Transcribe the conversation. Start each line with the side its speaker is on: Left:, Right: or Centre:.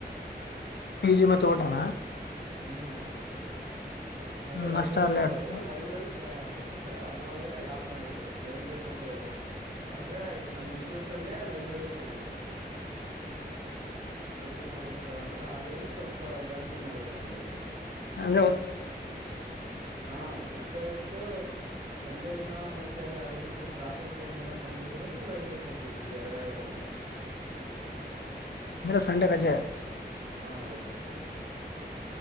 Left: ಈಜಿ ಮ ತ ಓಟಣ
Right: ಹ್ಮ್ ಮತ್ತೆ
Left: ಹ್ಮ್
Right: ಲೈಬ್ರರಿ
Left: ಅಷ್ಟ ಅಲ್ಲೇ
Right: ಕೊಡ್ತಾ
Left: ಇಡ್ತ
Right: ಇದ್ರು ಲೈಬ್ರರಿ ಬೇರೆ ಅಮೌಂಟ್ ಅದು ಅದ್ರೊಳಗಡೆ ಯಡ್ ಮಾಡಿದ್ರು ಲೈಬ್ರರಿ ಕೊಡ್ತಾ ಇದ್ರು ಆದ್ರೆ ನಮ್ ಇನ್ಸ್ಟಿಟ್ಯೂಟ್ ಅಲ್ಲಿ ಲೈಬ್ರರಿ ಇರುತ್ತ ಉಂದುು ಟ್ವೆಂಟಿ ಫೋರ್ ಇಂಟು ಸೆವೆನ್ ಅಲ್ಲಾ ಹಾಗಾಗಿ ಸ್ವಲ್ಪ ಜಾಸ್ತಿ ಮಾಡಿದ್ರು ಹಂಗಾಗಿ ಹ
Left: ಅ್ರ
Right: ಹಾ ಸಿಗ್ತಾ ಇತ್ತು ಸಂಡೆ ದಿನ ಮತ್ತೆ ಅದ್ ಬಿಟ್ರೆ ಕ್ಲಾಸಸ್ ಒಂದ್ ದಿನ ಕಮ್ಮಿ ಇದ್ರು ಲೈಬ್ರರಿ ಕುತ್ ಬಿಡ್ತಿದ್ ಎರಡೆ ಎರಡು ಹೌ
Left: ಅಂದಲ್ಲ ಸಂಡೆ ರಜೆ
Right: ಹಾ ರಜೆ ಆಯ್ತು